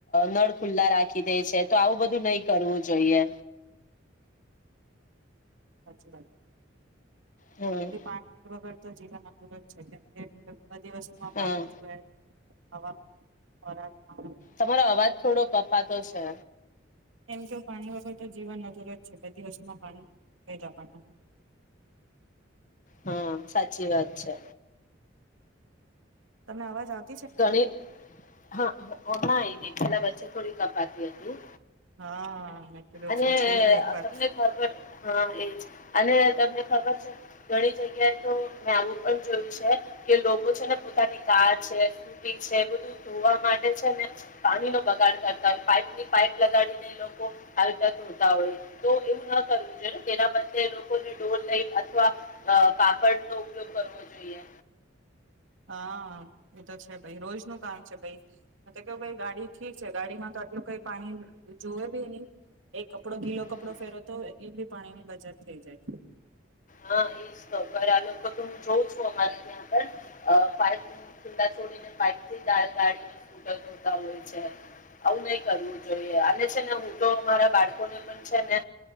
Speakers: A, on the left; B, on the right.
A: નળ ખુલ્લા રાખી દે છે તો આવું બધું નહી કરવું જોઈએ
B: સાચચી વાત
A: હમ
B: કે પાણી વગર તો જીવન ર જ છે કેમ કે બધી વસ્તુ માં
A: હા
B: પાણી જોય હવામાન ખોરાકમાં
A: તમારો અવાજ થોડો કપાતો છે.
B: એમ કે પાણી વગર તો જીવન અધુર જ છે બધી વસ્તુમાં પાણી જો વે જ આપણને
A: હા સાચી વાત છે.
B: તમને અવાજ આવતા
A: ગણી હા હણા ગ પેલા બંધ થોડી કપાતી હતી.
B: હા મે તીધું
A: અને
B: પૂછી લો એક વાર
A: તમને ખબર હા એજ અને તમને ખબર ઘણી જગ્યા. તો મેં આવું પણ જોયું છે કે લોકો છે ને પોતાની કાર છે છે બધું ધોવા માટે છે ને પાણી નો બગાડ કરતા હોય પાઈપની પાઈપ લગાડીને લોકો હાલકા ધોતા હોય તો એવું ના કરવું જોઈએ તેના બદલે લોકોને ડોલ લઈન અથવા કાપડ નો ઉપયોગ કરવો જોઈએ.
B: હા એ તો છે ભાઈ રોજ ન કામ છે ભાઈ તો કેવુંાઈ ગાડી ઠીક છે ગાડીમાં તો આટલું કઈ પાણી જુવે બી નહી એક કપડો ગીલો
A: હમ
B: કપડો
A: હમ
B: ફેરો તો એ બી પાણીની બચત થઈ જાય.
A: હા એજ તો આ લોકો તો હું જોઉં છું અમારે ત્યાં પણ પાઇપ ખુલા છોડીને પાઇપ થી ગાડીને તા હોય છે આવું નઈ કરવું જોઈએ અને છે ને હું તો અમારા બાળકોને પણ છે ને